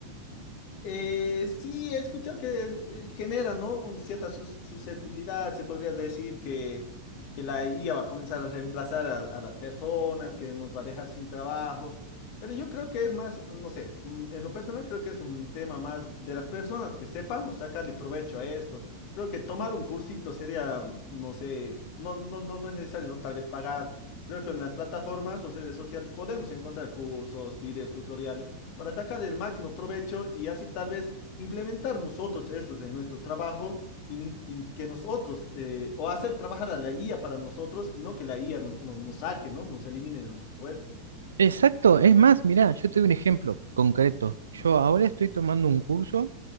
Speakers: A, on the left; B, on the right.
A: Eh, sí, he escuchado que eh, genera, ¿no? Un- cierta sus- susceptibilidad, se podría decir que, que la IA va a comenzar a reemplazar a, a las personas, que nos va a dejar sin trabajo, pero yo creo que es más, no sé, mm, en lo personal creo que es un tema más de las personas, que sepamos sacarle provecho a esto. Creo que tomar un cursito sería, no sé, no, no, no, no es necesario, ¿no? Tal vez pagar. Creo que en las plataformas o redes sociales podemos encontrar cursos, videos, tutoriales para sacar el máximo provecho y así tal vez implementar nosotros estos en nuestro trabajo y, y que nosotros, eh, o hacer trabajar a la IA para nosotros y no que la IA nos, nos, nos saque, ¿no? Nos elimine de nuestros puestos.
B: Exacto, es más, mirá, yo te doy un ejemplo concreto. Yo ahora estoy tomando un curso